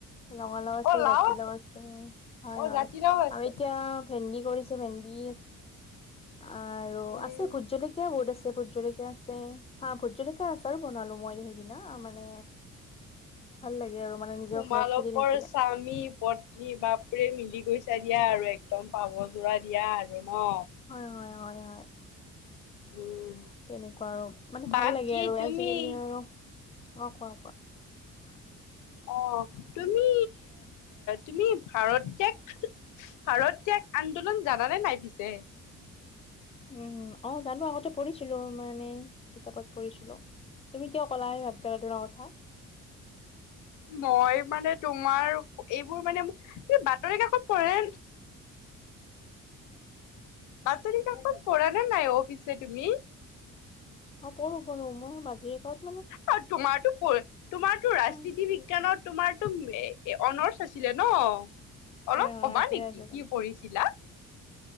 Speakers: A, on the left; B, on the left.
A: ৰঙালাও আছে
B: অ লাও
A: জাতিলাও আছে হয়
B: অ
A: হয়
B: জাতিলাও আছে
A: আৰু এতিয়া ভেন্দি কৰিছে ভেন্দি আৰু
B: উম
A: আছে ভোট জলকীয়া বহুত আছে। ভোট জলকীয়া আছে হা ভোট জলকীয়া আছে আৰু বনালো মই কি ন মানে ভাল লাগে আৰু মানে নিজৰ
B: তোমালোকৰ
A: ঘৰত খেতি থাকিলে
B: স্বামী পত্নী বা প্ৰেমী। কি কৰিছা দিয়া আৰু একদম পাভ যোৰা দিয়া আৰু ন।
A: হয় হয় হয় হয়।
B: উম
A: তেনেকুৱা আৰু মানে ভাল
B: বাকী
A: লাগে আৰু
B: তুমি
A: আজিকালি আৰু অ কোৱা কোৱা
B: অ তুমি তুমি ভাৰত্যাগ ভাৰত ত্যাগ আন্দোলন জা হ'লে নাই পিছে।
A: উম অ জানো আগতে পঢ়িছিলো মানে কিতাপত পঢ়িছিলো। তুমি কিয় ক'লা ভাত্ৰাগদিনৰ কথা
B: মই মানে তোমাৰ এইবোৰ মানে বাতৰি কাকত পঢ়ে। বাতৰি কাকত পঢ়া নে নাই অ পিছে তুমি।
A: অ পঢ়ো পঢ়ো মোৰ মাজিৰৰেগত
B: আৰু তোমাৰতো তোমাৰতো ৰাজনীতি
A: চাওঁ
B: বিজ্ঞানত। তোমাৰতো অনৰছ হৈছিলে ন।
A: হয়
B: অলপ
A: হয়
B: কবা
A: আছিলে
B: নেকি
A: আছিলে
B: কি কৰিছিলা?